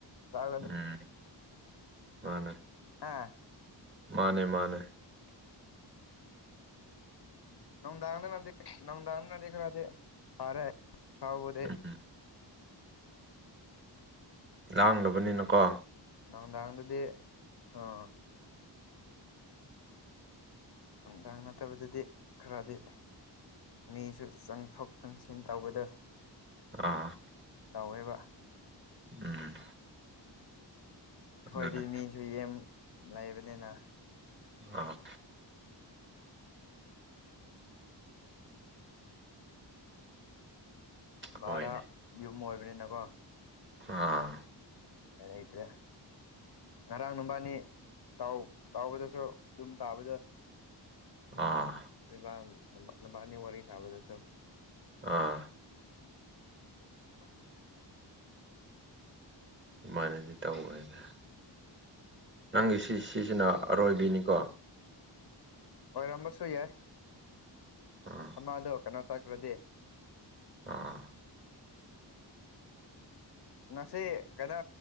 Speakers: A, on the left (about 60°); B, on the right (about 25°).
A: ꯇꯥꯂꯗ
B: ꯎꯝ ꯃꯥꯅꯦ
A: ꯑꯥ
B: ꯃꯥꯅꯦ ꯃꯥꯅꯦ
A: ꯅꯣꯡꯗꯥꯡꯗꯅꯗꯤ ꯅꯣꯡꯗꯥꯡꯗꯅꯗꯤ ꯈꯥꯔꯗꯤ ꯐꯔꯦ ꯇꯧꯕꯗꯤ
B: ꯎꯝ ꯂꯥꯡꯗꯕꯅꯤꯅꯀꯣ
A: ꯅ‌ꯣꯡꯗꯥꯡꯗꯗꯤ ꯑꯥ ꯅꯨꯡꯗꯥꯡ ꯅꯠꯇꯕꯗꯗꯤ ꯈꯔꯗꯤ ꯃꯤꯁꯨ ꯆꯪꯊꯣꯛ ꯆꯪꯁꯤꯟ ꯇꯧꯕꯗꯣ
B: ꯑꯥ
A: ꯇꯧꯋꯦꯕ꯫
B: ꯎꯝ꯫
A: ꯑꯩꯈꯣꯏꯗꯤ
B: ꯑꯗꯨꯅꯦ
A: ꯃꯤꯁꯨ ꯌꯝ ꯂꯩꯕꯅꯤꯅ꯫
B: ꯑꯥ
A: ꯚꯥꯔꯥ
B: ꯍꯣꯏꯅꯦ
A: ꯌꯨꯝ ꯑꯣꯏꯕꯅꯤꯅꯀꯣ꯫
B: ꯑꯥ꯫
A: ꯑꯗꯩꯗꯦ꯫ ꯉꯔꯥꯡ ꯅꯨꯕꯥꯅꯤ ꯇꯥꯎ ꯇꯥꯎꯕꯗꯁꯨ ꯑꯗꯨꯝ ꯇꯥꯕꯗꯨ꯫
B: ꯑꯥ
A: ꯔꯕꯥꯟ ꯅꯕꯥꯅꯤ ꯋꯥꯔꯤ ꯁꯥꯕꯗꯁꯨ
B: ꯑꯥ
A: <unintelligible> <inaudible>
B: ꯑꯗꯨꯃꯥꯏꯅꯗꯤ ꯇꯧꯕꯅꯤꯗ ꯅꯪꯒꯤ ꯁꯤ ꯁꯤꯁꯤꯅ ꯑꯔꯣꯏꯕꯤꯅꯤꯀꯣ
A: ꯑꯣꯏꯔꯝꯕꯁꯨ ꯌꯥꯏ
B: ꯑꯥ
A: ꯑꯃꯥꯗꯣ ꯀꯥꯅꯥ ꯆꯠꯈ꯭ꯔꯗꯤ
B: ꯑ <unintelligible>
A: ꯉꯁꯤ ꯀꯩꯅꯣ